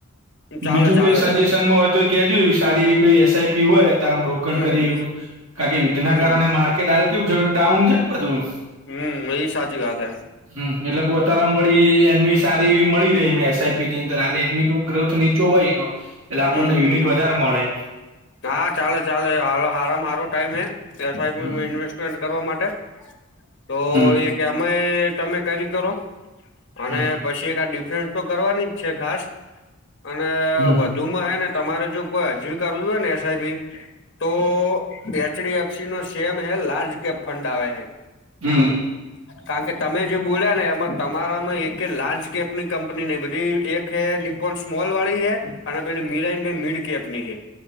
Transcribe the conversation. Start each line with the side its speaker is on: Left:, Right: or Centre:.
Left: ચાલે
Right: બીજું
Left: ચાલે
Right: કોઈ સજેશનમાં
Left: તો
Right: હોય તો કે જો એવી કોઈ સારી એવી કોઈ એસઆઈપી હોય અતારે મા રોકાણ
Left: હમ
Right: કરી
Left: હમ
Right: કારણ યુદ્ધના
Left: હમ
Right: કારણે માર્કેટ હાલ કેવું છે ડાઉન છે ને બધું
Left: હમ્મ એય સાચી વાત હૈ.
Right: હમ્મ એટલે કોતારમ વળી એનવી સારી એવી મળીરે એસ. આઈ. પી. ની અંદર હાલે એનવી નું ગ્રોથ નીચો હોય એનો એટલે આપણને
Left: હમ હમ
Right: યુનિટ વધારે મળે.
Left: હા ચાલો ચાલો હાલ હરા હારો ટાઈમે હે એસ. આઈ. પી.
Right: હમ
Left: માં ઈન્વેસ્ટ ઈન્વેસ્ટ કરવા માટે તો
Right: હમ
Left: એક કે અમે તમે કરી કરો અને
Right: હમ
Left: પછી એક આ ડિફેન્સ તો કરવાની જ છે ખાસ. અને
Right: હમ
Left: વધુમાં હેને તમારે જો કોઈ હજી એ કરવું હોય ને એસ. આઈ. પી. તો એચ. ડી. એફ. સી. નો સેમ હે લાર્જ કેપ ફંડ આવે છે.
Right: હમ
Left: કારણ કે તમે જે બોલ્યા ને એમાં તમારામાં એકે લાર્જ કેપની કંપની નઇ બધી એક કે નીપો સ્મોલ વાળી હે અને પેલી મિરાઈન મિડ કેપ ની હે.